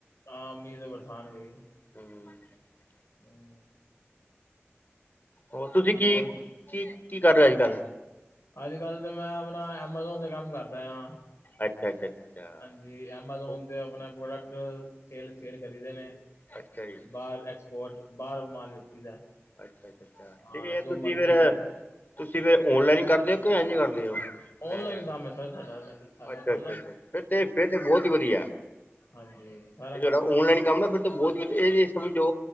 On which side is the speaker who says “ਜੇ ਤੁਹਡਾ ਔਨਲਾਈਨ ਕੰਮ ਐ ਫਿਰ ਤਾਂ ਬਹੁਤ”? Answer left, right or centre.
Left